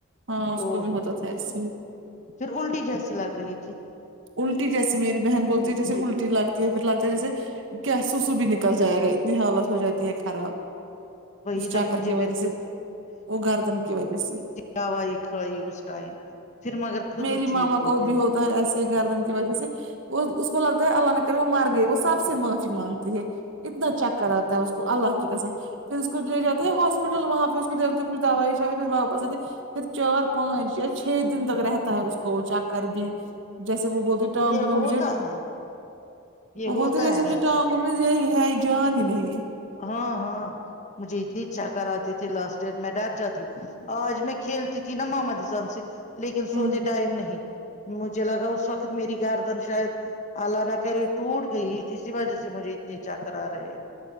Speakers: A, on the right; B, on the left.
A: ہاں اس
B: تو
A: کو بھی ہوتا تھا ایسے ہی
B: پھر الٹی جیسی لگ رہی تھی
A: الٹی جیسی میری بہن بولتی ہے جیسے الٹی لگتی ہے پھر لگتا ہے جیسے کیا سوسو بھی نکل جائے گا اتنی حالت ہو جائے یے خراب
B: وہی
A: اس
B: نہ
A: چاکر
B: مجھے
A: کی
B: بھی
A: وجہ سے ‌وہ گردن کی وجہ سے
B: داوائی کھائی اس ٹائم پھر مگر خود
A: میری
B: ہی ٹھیک
A: ماما کو
B: گئی
A: بھی ہو تا ایسے گردن کی وجہ سے وہ اس کو لگتا ہے اللہ نہ کرے وہ مر گئے وہ سب سے معافی مانگتی ہے اتنا چکر آتا ہے اس کو اللہ کی قسم پھر اس کو لے جے ہیں ہاسپٹل وہاں پہ اس کو دیرتے کچ دوائی شائی پھر واپس آتی پھر چار پانچ یا چھ دن تک رہتا ہے اس کو چکر بھی جیسے وہ بولتے ٹانگ
B: یہ
A: ہوا
B: ہوتا
A: مجھے
B: ہے یہ
A: وہ بولتے
B: ہوتا
A: جیسے
B: ہے
A: مجھے
B: ایسے
A: ٹانگ میں یہی ہے ہی جان ہی نہیں ہیں
B: ہاں ہاں مجھے اتنی چا کر آتے تھے لاسٹ ایئر میں ڈر جاتی ہوں آج میں کھیلتی تھی نا محمد اسسان سے لیکن سوتے
A: ہوں
B: ٹائم نہیں مجھے لگا اس وقت میری گاردن شاید اللہ نا کرے ٹوٹ گئی اسی وجہ سے مجھے اتنے چکر آرہے